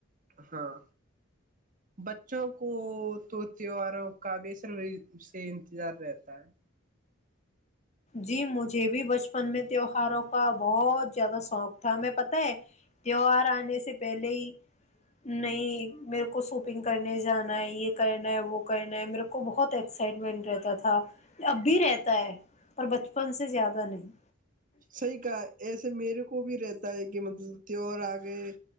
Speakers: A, on the right (about 40°); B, on the left (about 35°).
A: ہاں بچوں کو تو تہواروں کا بے سر سے انتظار رہتا ہے
B: جی مجھے بھی بچپن میں تیوہاروں کا بہت زیادہ شوق تھا ہم پتہ ہے تہوہار آنے سے پہلے ہی نہیں میرے کو ساپنگ کرنے جانا ہے یہ کرنا ہے وہ کرنا ہے میرے کو بہت ایکسائٹمنٹ رہتا تھا اب بھی رہتا ہے پر بچپن سے زیادہ نہیں
A: صحیح کہا ایسے میرے کو بھی رہتا ہے کہ مطلب تیوار آ گئے